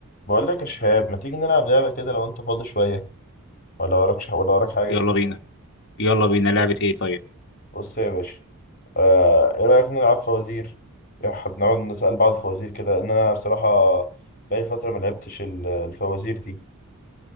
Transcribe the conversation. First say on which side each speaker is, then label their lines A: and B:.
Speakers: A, on the left; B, on the left.
A: بقول لك يا شهاب ما تيجي نلعب لعبة كده لو انت فاضي شوية ولا وراكش ولا وراك حاجة
B: يلا بينا يلا بينا لعبة ايه طيب
A: بص يا باشا آه ايه رأيك نلعب فوازير يا ح- نقعد نسأل بعض فوازير كده ان انا بصراحة بقالي فترة ما لعبتش ال- الفوازير دي